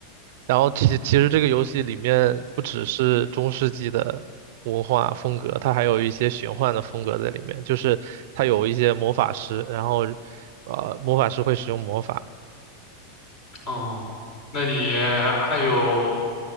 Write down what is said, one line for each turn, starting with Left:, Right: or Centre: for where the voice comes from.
Right: 然后其其实这个游戏里面不只是中世纪的文化风格，它还有一些玄幻的风格在里面。就是它有一些魔法师，然后呃魔法师会使用魔法，
Left: 哦，那你还有